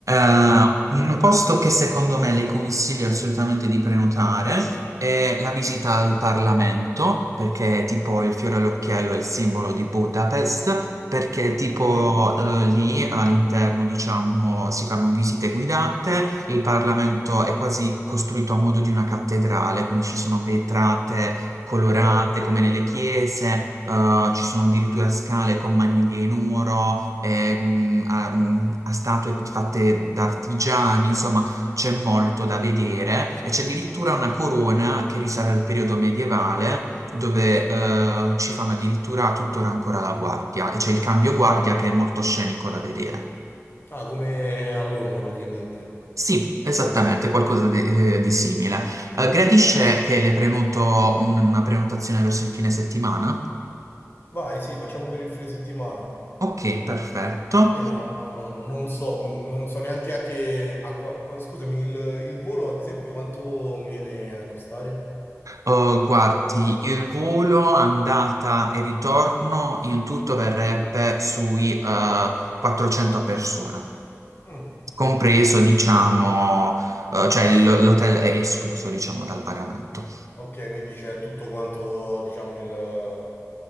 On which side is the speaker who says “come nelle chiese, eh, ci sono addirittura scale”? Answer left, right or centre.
Right